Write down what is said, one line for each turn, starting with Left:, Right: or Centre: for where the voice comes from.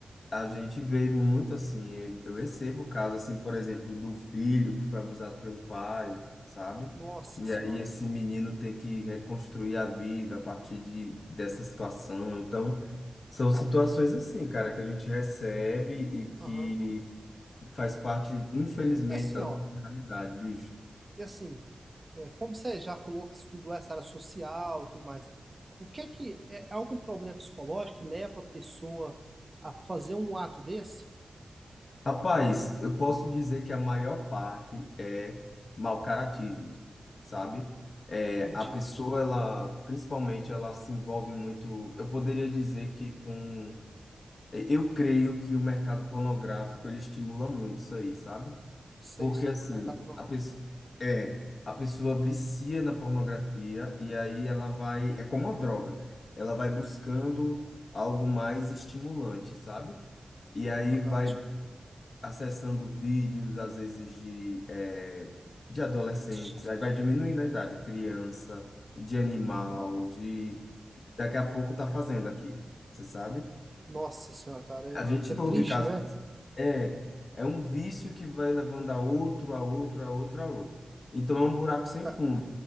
Left: a gente vê muito assim. Eu, eu recebo casos, assim, por exemplo, do filho que foi abusado pelo pai, sabe?
Right: Nossa
Left: E
Right: senhora.
Left: aí esse menino tem que reconstruir a vida a partir de, dessa situação. Então, são situações assim, cara, que a gente recebe e que
Right: Aham.
Left: faz parte, infelizmente,
Right: E assim,
Left: da
Right: ó,
Left: nossa realidade, bicho.
Right: e assim, é, como você já falou que estudou essa área social e tudo mais, o que é que é é algum problema psicológico que leva a pessoa a fazer um ato desse?
Left: Rapaz, eu posso dizer que a maior parte é mau caratismo, sabe? É,
Right: Entendi.
Left: a pessoa, ela, principalmente, ela se envolve muito. Eu poderia dizer que com. é, Eu creio que o mercado pornográfico ele estimula muito isso aí, sabe?
Right: Sei.
Left: Porque assim,
Right: Mercado pro.
Left: a pessoa, é, a pessoa vicia na pornografia e aí ela vai, é como uma droga, ela vai buscando algo mais estimulante, sabe? E aí
Right: Aham,
Left: vai
Right: tipo,
Left: acessando vídeos, às vezes, de, é, de adolescentes,
Right: triste.
Left: aí vai diminuindo a idade, criança, de animal,
Right: Aham.
Left: de... Daqui a pouco tá fazendo aquilo, você sabe?
Right: Nossa senhora, cara, é,
Left: A gente
Right: é triste,
Left: ouve casos.
Right: né?
Left: É, é um vício que vai levando a outro, a outro, a outro, a outro. Então é um buraco sem
Right: Ca-
Left: fundo.